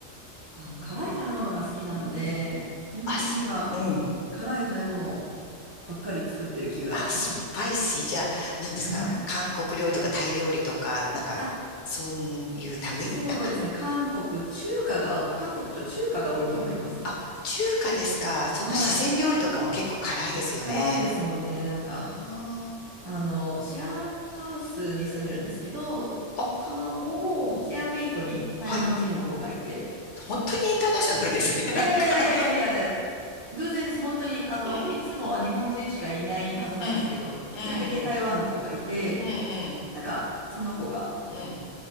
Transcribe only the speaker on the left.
あ、そう、うん。
あ、スパイシー。じゃあ、何ですか韓国料理とかタイ料理とか、
なんか、
そういう類なんか。
あ、中華ですか。そういえば、
四川料理とかも結構辛いですよね。
あ
あ。あ、
ほう。
はい。本当にインターナショナルですね、なんか。
うん。
うん。うん。
うん。うん。
うん。